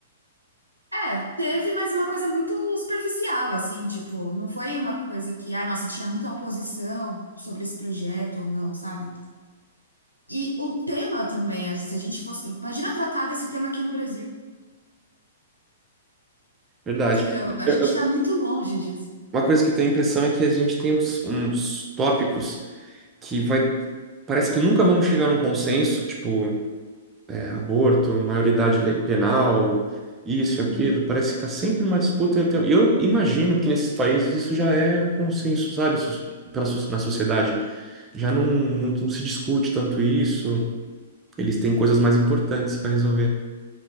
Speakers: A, on the right (about 90°); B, on the right (about 20°).
A: É, teve, mas uma coisa muito superficial, assim, tipo, não foi uma coisa que, ah, nossa, tinha muita oposição sobre esse projeto ou não, sabe? E o tema também, é, se a gente fosse. Imagina tratar desse tema aqui no Brasil,
B: Verdade.
A: entendeu? A
B: Eu-
A: gente
B: eu-
A: tá muito longe disso.
B: uma coisa que eu tenho a impressão é que a gente tem uns, uns tópicos que vai. Parece que nunca vamos chegar num consenso, tipo, é, aborto, maioridade le- penal, isso,
A: Uhum.
B: aquilo. Parece que tá sempre uma disputa. Eu, tenho- eu imagino que nesses países isso já é consenso, sabe? Sus- Pela, so- na sociedade. Já não, não, não se discute tanto isso. Eles têm coisas mais importantes para resolver.